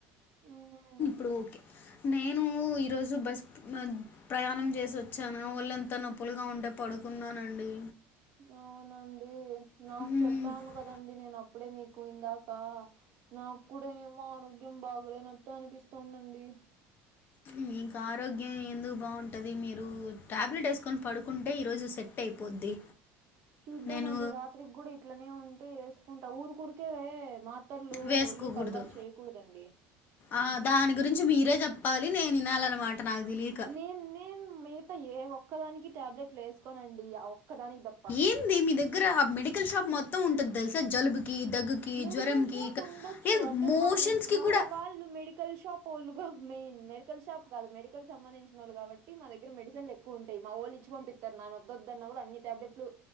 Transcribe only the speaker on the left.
ఇప్పుడు ఓకే నేను ఈరోజు బస్ ప్రయాణం చేసి వచ్చాన ఒళ్ళు అంత నొప్పులుగా ఉంటే పడుకున్నానండి
ఉమ్
మీకు ఆరోగ్యం ఎందుకు బాగుంటుంది మీరు టాబ్లెట్ వేసుకొని పడుకుంటే ఈరోజు సెట్ ట్ట అయిపోద్ది
నేను
వేసుకోకూడదు
ఆ దాని గురించి మీరే చెప్పాలి నేను వినాలనమాట నాకు తె
ఏంది మీ దగ్గర ఆ మెడికల్ షాప్ మొత్తం ఉంటాది తెలుసా జలుబుకి దగ్గుకి
జ్వరంకి
ఏ
మోషన్స్కి
కూడా